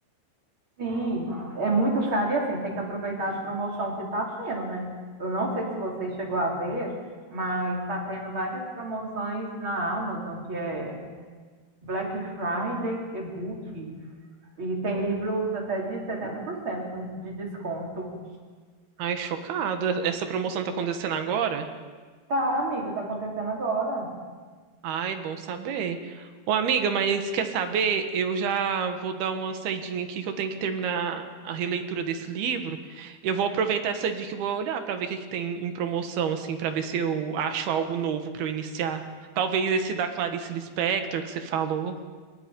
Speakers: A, on the right; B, on the right.
A: Sim, é muito caro e assim, tem que aproveitar as promoções que está tendo, né? Eu não sei se você chegou a ver, mas está tendo várias promoções na Amazon, que é Black Friday e-book. E tem livros até de 70% com- de desconto.
B: Ai, chocado. Essa promoção tá acontecendo agora?
A: Tá, amigo, tá acontecendo agora.
B: Ai, bom saber. Ô, amiga, mas quer saber? Eu já vou dar uma saidinha aqui que eu tenho que terminar a releitura desse livro. Eu vou aproveitar essa dica e vou olhar para ver o que é que tem em promoção, assim, para ver se eu acho algo novo para eu iniciar. Talvez esse da Clarice Lispector que você falou.